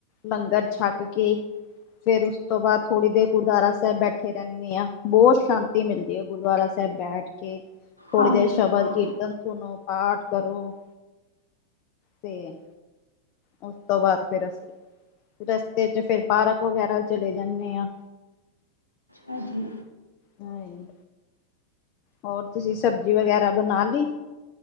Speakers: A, on the left; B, on the right.
A: ਲੰਗਰ ਛੱਕ ਕੇ ਫੇਰ ਉਸ ਤੋਂ ਬਾਦ ਥੋੜ੍ਹੀ ਦੇਰ ਗੁਰਦੁਆਰਾ ਸੈਬ ਬੈਠੇ ਰੈਣ ਤੇ ਆਂ, ਬੌਤ ਸ਼ਾਂਤੀ ਮਿਲਦੀ ਏ ਗੁਰਦੁਆਰਾ ਸੈਬ ਬੈਠ ਕੇ। ਥੋੜ੍ਹੀ
B: ਹਾਂਜੀ
A: ਦੇਰ ਸ਼ਬਦ
B: ਹਾਂ
A: ਕੀਰਤਨ ਸੁਣੋ, ਪਾਠ ਕਰੋ। ਤੇ ਓਸ ਤੋਂ ਬਾਦ ਫੇਰ ਅਸੀਂ ਰਸਤੇ ਚ ਫੇਰ ਪਾਰਕ ਵਗੈਰਾ ਚਲੇ ਜਾਂਣੇ ਆਂ।
B: ਹਾਜੀ।
A: ਹਾਏ ਹੋਰ, ਤੁਸੀਂ ਸਬਜ਼ੀ ਵਗੈਰਾ ਬਣਾ ਲੀ?